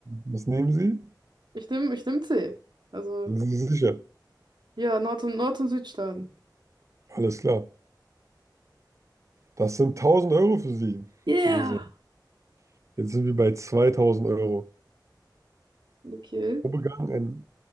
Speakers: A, on the right; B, on the right.
A: Was nehmen Sie?
B: Ich nehme ich nehm C. Also.
A: Sind Sie sicher?
B: Ja, Nord- und Nord- und Südstaaten.
A: Alles klar. Das sind 1000 Euro für Sie.
B: Yeah.
A: Also, jetzt sind wir bei 2000 Euro.
B: Okay.
A: Wo begann ein,